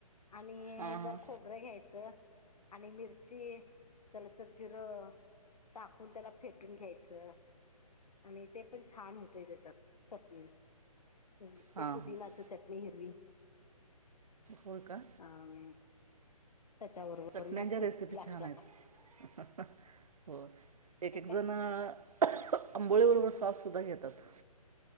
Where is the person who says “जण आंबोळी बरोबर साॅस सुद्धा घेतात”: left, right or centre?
Right